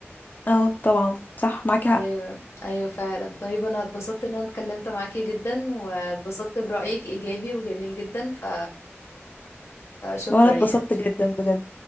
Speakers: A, on the left; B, on the left.
A: اه طبعا صح معاكي حق
B: ايوه ايوه فعلا طيب انا اتبسطت ان انا اتكلمت معاكي جدا واتبسطت برأيك ايجابي وجميل جدا ف- فشكرا
A: وانا اتبسطت
B: يعني
A: جدا بجد